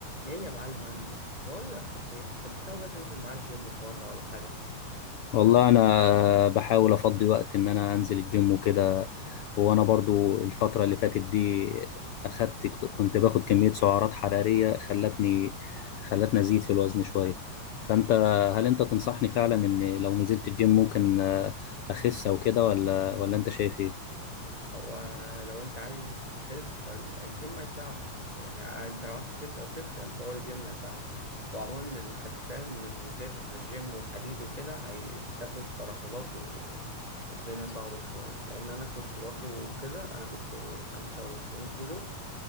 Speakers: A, on the right; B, on the left.
A: ايه يا معلم عامل ايه بقول لك صحيح انت مش ناوي بقى تنزل معايا الجيم في مره ولا حاجه
B: والله انا بحاول افضي وقت ان انا انزل الجيم وكده وانا برضو الفتره اللي فاتت دي اخدت كنت باخد كميه سعرات حراريه خلتني خلتني ازيد في الوزن شويه فانت هل انت تنصحني فعلا ان لو نزلت الجيم ممكن آه، اخس او كده ولا ولا انت شايف ايه
A: هو لو انت عايز تخس فالجيم هيساعدك يعني انت لو عايز تخس او تدخن فهو الجيم هيساعدك وعموما الخسسان من غير جيم وحديد وكده هيسبب ترهلات و... والدنيا صعبة شوية لأن أنا كنت برضو كده أنا كنت خمسة وتسعين كيلو